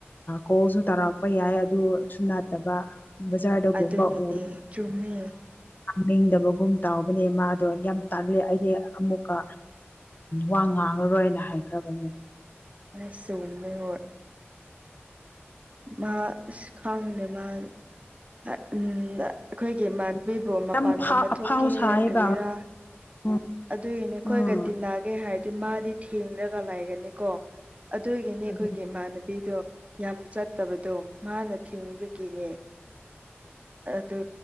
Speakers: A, on the left (about 45°); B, on the right (about 30°).
A: ꯀꯣꯜꯁꯨ ꯇꯥꯔꯛꯄ ꯄ ꯌꯥꯏ ꯑꯗꯨꯁꯨ ꯅꯥꯠꯇꯕ ꯕꯖꯥꯔꯗꯒꯨꯝꯕ
B: ꯑꯗꯨꯒꯤꯅꯦ
A: ꯎꯔ
B: ꯆꯨꯝꯃꯦ
A: ꯅꯤꯡꯗꯕꯒꯨꯝ ꯇꯥꯎꯕꯅꯦ ꯃꯥꯗꯣ ꯌꯥꯝ ꯇꯥꯜꯂꯤ ꯑꯩꯗꯤ ꯑꯃꯨꯛꯀ ꯋꯥ ꯉꯥꯡ ꯃꯔꯣꯏꯅ ꯍꯥꯏꯈ꯭ꯔꯕꯅꯦ
B: <unintelligible> ꯃꯥ ꯑꯁ ꯈꯪꯗꯦ ꯃꯥ ꯑꯩꯈꯣꯏꯒꯤ ꯏꯃꯥꯟ ꯑꯗꯨꯕꯨ ꯃꯄꯥꯟꯒꯨꯝꯕ
A: ꯌꯥꯝ ꯐꯥ ꯑꯐꯥꯎ
B: ꯊꯣꯛꯀꯦ
A: ꯁꯥꯏꯌꯦꯕ
B: ꯀꯔꯤꯔꯥ
A: ꯎꯝ
B: ꯑꯗꯨꯒꯤꯅꯦ ꯑꯩꯈꯣꯏꯒ
A: ꯎꯝ
B: ꯇꯤꯟꯅꯒꯦ ꯍꯥꯏꯔꯗꯤ ꯃꯥꯗꯤ ꯊꯦꯡꯂꯒ ꯂꯩꯒꯅꯤꯀꯣ ꯑꯗꯨꯒꯤꯅꯤ ꯑꯩꯈꯣꯏꯒꯤ
A: ꯑꯗꯨ
B: ꯏꯃꯥꯟꯅꯕꯤꯗꯣ ꯌꯥꯝ ꯆꯠꯇꯕꯗꯣ ꯃꯥꯅ ꯊꯤꯡꯕꯒꯤꯅꯦ ꯑꯗꯨ